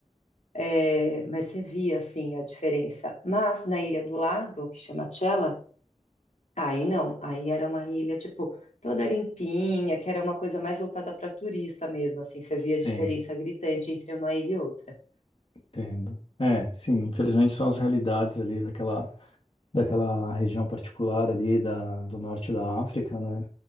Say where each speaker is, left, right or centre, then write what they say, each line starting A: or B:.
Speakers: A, on the left (about 75°); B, on the left (about 50°).
A: É, mas você via assim a diferença. Mas na ilha do lado, que chama Tchela, aí não, aí era uma ilha tipo toda limpinha, que era uma coisa mais voltada para turista mesmo, assim, você via
B: sim.
A: a diferença gritante entre uma ilha e outra.
B: Entendo. É, sim, infelizmente são as realidades ali daquela, daquela região particular ali da, do norte da África, né?